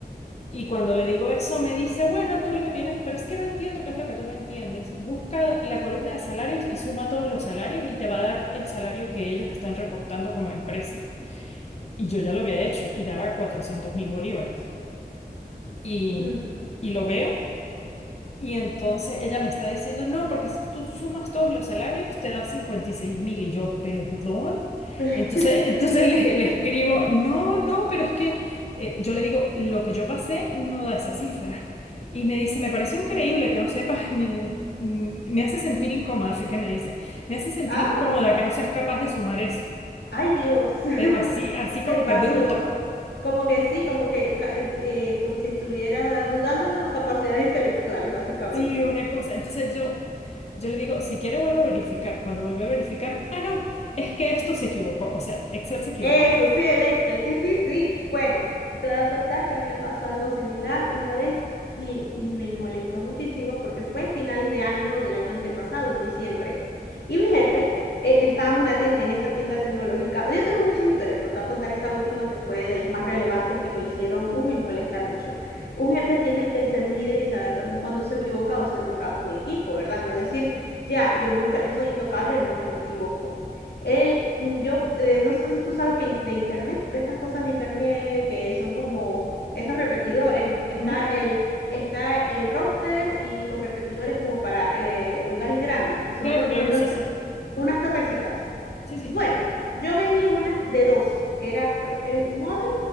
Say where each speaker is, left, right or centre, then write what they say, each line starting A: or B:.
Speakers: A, on the left; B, on the left.
A: Y cuando le digo eso, me dice, bueno, tú lo que tienes, pero es que no entiendo qué es lo que tú no entiendes. Busca la columna de salarios y suma todos los salarios y te va a dar el salario que ellos están reportando como empresa. Y yo ya lo había hecho y daba cuatrocientos mil bolívares. Y,
B: Ujú.
A: y lo veo. Y entonces ella me está diciendo, no, porque si tú sumas todos los salarios, te da cincuenta y seis mil. Y yo, perdón.
B: <laughs>
A: Entonces, <laughs> entonces le, le escribo, no, no, pero es que eh, yo le digo, lo que yo pasé no da esa cifra. Y me dice, me parece increíble que no sepas, ni- mm, me hace sentir incómoda, fue que me dice, me hace sentir
B: Ah,
A: incómoda que no seas capaz de sumar eso,
B: ay Dios, <laughs>
A: pero así, así
B: se
A: como
B: pasó.
A: que bruta.
B: Como que sí, como que eh, ca- eh, eh, como si estuvieras dudando de tus capacidades intelectuales, básicamente.
A: Sí, una cosa. Entonces yo, yo le digo, si quiere vuelve a verificar. Cuando vuelve a verificar, ah, no, es que esto se equivocó. O sea, Excel se equivocó.
B: Eso, sí, el Excel, sí, sí, sí. Bueno, te voy a contar que a mí me pasó algo similar una vez y, y me molestó muchísimo porque fue en finales de año del año antepasado, en diciembre. Y mi jefe, eh, estábamos en una tienda, en esa tienda tecnológica. Yo tengo muchas historias, pero te voy a contar esa última que fue de las más relevantes que me hicieron, uy, molestar mucho. Un jefe tiene que ser un líder y saber también cuándo se equivoca o hacer un trabajo en equipo, ¿verdad? No decir, ya, yo nunca, yo soy intocable, nunca me equivoco. Él, mm, yo, eh, no sé si tú sabes que in- de internet, estas cosas de internet que son como esos repetidores, que está
A: Ujú.
B: el, está el router y los repetidores como para eh, lugares grandes, que son
A: Claro,
B: como
A: claro,
B: unos,
A: sí, sí.
B: t- unas
A: Ujú,
B: torrecitas.
A: Sí, sí.
B: Bueno, yo vendí una de dos, que era r- eh, un modem,